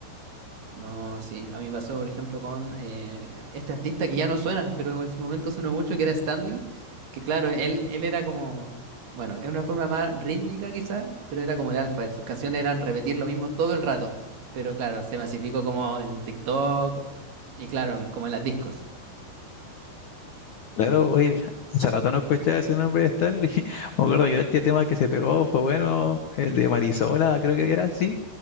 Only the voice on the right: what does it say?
No, sí. A mí me pasó, por ejemplo, con eh, este artista que ya no suena, pero en su momento sonó mucho, que era Stanley. Que claro, él, él era como, bueno, en una forma más rítmica quizá, pero era como el alfa. Sus canciones eran repetir lo mismo todo el rato. Pero claro, se masificó como en TikTok y claro, como en las discos.